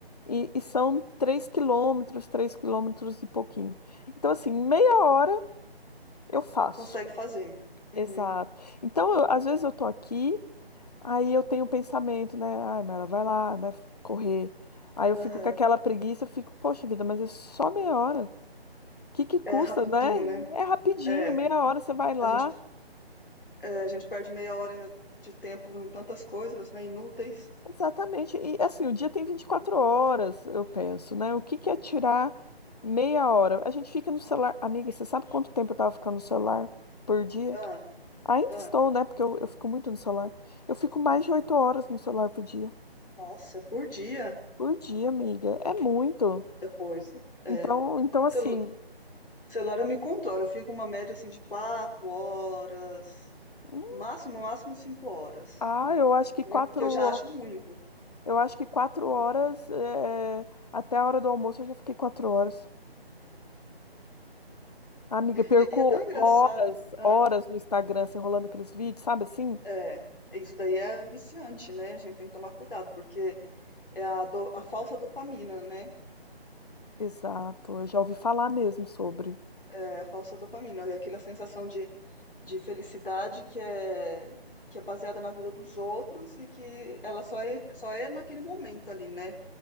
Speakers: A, on the left; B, on the left.
A: e, e são três quilômetros, três quilômetros e pouquinho. Então, assim, em meia hora eu faço.
B: Consegue fazer. Uhum.
A: Exato. Então, eu- às vezes eu tô aqui. Aí eu tenho o pensamento, né? Ai, mas ela vai lá, né? Correr. Aí
B: Aham.
A: eu fico com aquela preguiça, eu fico, poxa vida, mas é só meia hora. O que que custa,
B: É rapidinho,
A: né?
B: né?
A: É rapidinho,
B: É,
A: meia hora você vai lá.
B: a gente, é, a gente perde meia hora de tempo em tantas coisas, né? Inúteis.
A: Exatamente. E assim, o dia tem 24 horas, eu penso, né? O que que é tirar meia hora? A gente fica no celular. Amiga, você sabe quanto tempo eu tava ficando no celular por dia?
B: Ah,
A: Ainda
B: ah.
A: estou, né? Porque eu, eu fico muito no celular. Eu fico mais de oito horas no celular por dia.
B: Nossa, por dia?
A: Por dia, amiga. É muito.
B: Muita coisa. É.
A: Então, então assim.
B: Celu- celular eu me controlo, eu fico uma média assim de quatro horas,
A: Hum,
B: máximo, máximo cinco horas,
A: Ah,
B: né?
A: eu acho que
B: Eu-
A: quatro,
B: Que eu
A: ho-
B: já acho muito.
A: eu acho que quatro horas, é, até a hora do almoço eu já fiquei quatro horas. Amiga, eu perco
B: E, e é tão engraçado.
A: horas,
B: ah,
A: horas no Instagram, se enrolando aqueles vídeos, sabe assim?
B: É, isso daí é viciante, né? A gente tem que tomar cuidado, porque é a, do- a falsa dopamina, né?
A: Exato, eu já ouvi falar mesmo sobre.
B: É a falsa dopamina, é aquela sensação de, de felicidade que é, que é baseada na vida dos outros e que ela só é, só é naquele momento ali, né?